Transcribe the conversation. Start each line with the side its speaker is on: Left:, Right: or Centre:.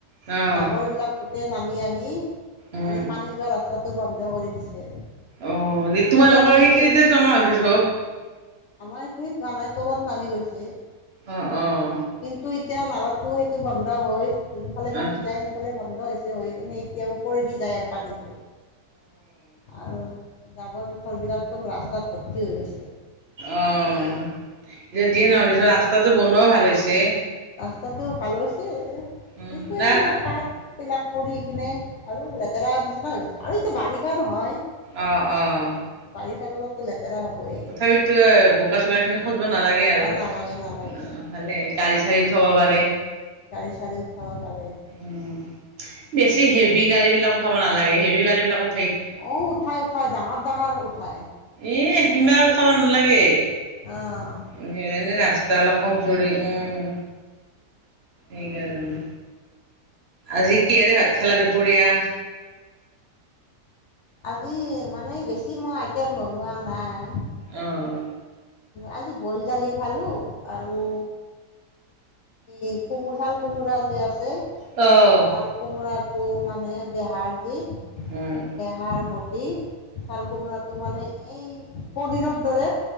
Right: অ'
Left: জাবৰবিলাক গোটেই নামি আহি
Right: উম
Left: মানে পানী যোৱা ৰাস্তাটো বন্ধ কৰি দিছে।
Right: অ',
Left: এতিয়া
Right: তোমালোকৰ
Left: মানে
Right: সেইখিনিতে
Left: কি
Right: জমা হৈছে চব!
Left: আমাৰ এইখিন হোৱা নাই তলত নামি গৈছে।
Right: অ', অ'।
Left: কিন্তু এতিয়া নালাটো সেইটো বন্ধ হৈ যোনফালে পানী
Right: আহ অ' উম
Left: যায়, সেইফালে বন্ধ হৈছে হৈ কিনে এতিয়া ওপৰে দি যায় আৰু পানীটো। আৰু জাবৰ-জোথৰবিলাক চব ৰাস্তাত ভৰ্তি হৈ গৈছে।
Right: অ', এতিয়া যিয়ে
Left: তেনেকুৱা
Right: নহওঁ <unintelligible> ৰাস্তাটো বনোৱা ভাল হৈছে।
Left: ৰাস্তাটো ভাল হৈছে,
Right: উম
Left: কিন্তু এইবিলাক
Right: না
Left: পাত তবিলাক পৰি কিনে আৰু লেতেৰা নিচিনা হৈ হৈছে আৰু এইটো বাৰিষা নহয়!
Right: অ', অ'।
Left: বাৰিষাত অলপতো লেতেৰা হ'বয়েই।
Right: তথাপিতো বোকাচোকাখিনি খজবা নালাগে আৰু অ'।
Left: নালাগে নালাগে
Right: ভালে গাড়ী চাড়ী উঠাব পাৰে।
Left: গাড়ী চাড়ী উঠাব পাৰে।
Right: উম, বেছি হেভি গাড়ীবিলাকো উঠাব নালাগে, হেভি গাড়ীবিলাকত
Left: অ', উঠাই, উঠাই ডাঙৰ, ডাঙৰ উঠায়।
Right: এহ, সিমান উঠাব নালাগে।
Left: অহ।
Right: <unintelligible> ৰাস্তা অলপ কমজুৰি উম। সেইকাৰণে।
Left: নামানে
Right: আজি
Left: সেইটো
Right: কিহেৰে ভাত
Left: কাৰণে
Right: খালা দুপৰীয়া?
Left: আজি মানে বিশেষ মই আইটেম বনোৱা নাই।
Right: অ'।
Left: আজি বইল দালি খালোঁ আৰু এই কোমোৰঝাল কোমোৰা যে আছে।
Right: অ'।
Left: কাল কোমোৰাটো মানে দেহাৰ যি
Right: অ'।
Left: এহাৰ ভটি ছাল কোমোৰাটো মানে এই বদিনৰ দৰে